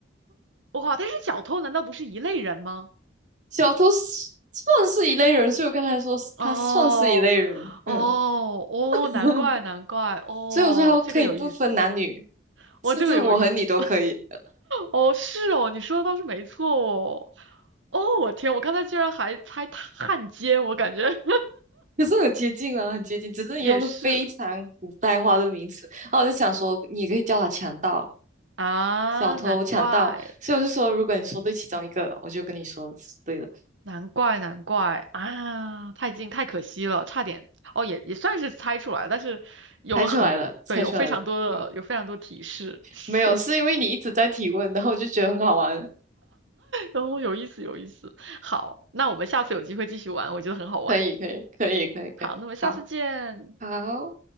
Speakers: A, on the right; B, on the right.
A: 哇，但是小偷难道不是一类人吗？
B: 小偷是算是一类人，所以我刚才说是他算是一类人。
A: 哦，哦，
B: 嗯，
A: 哦，
B: <laughs>
A: 难怪，难怪，哦，
B: 所以我说他可以不分男女，
A: 这个有意思，
B: 甚至我和你都可以。
A: 哦，这个有意思，哦，是哦，你说的倒是没错哦，哦，我天，我刚才居然还猜他汉奸，我感觉
B: 可是很接近啊，很接近，
A: <laughs>
B: 只是你用的非常古代化的名词。
A: 也是
B: 然后我就想说，你也可以叫他强盗，
A: 啊，
B: 小偷、
A: 难怪，
B: 强盗，所以我就说，如果你说对其中一个，我就跟你说是对了，
A: 难怪，难怪啊，太近，太可惜了，差点，哦，也也算是猜出来，但是有了很，
B: 猜出来了，猜出来了。
A: 对，有非常多的，
B: 嗯，
A: 有非常多提示，<laughs>
B: 没有，是因为你一直在提问，然后我就觉得很好玩。
A: 哦，有意思，有意思。好，那我们下次有机会继续玩，我觉得很好玩。
B: 可以，可以，可以，可以，可以。
A: 好，那么下次见。
B: 好，好。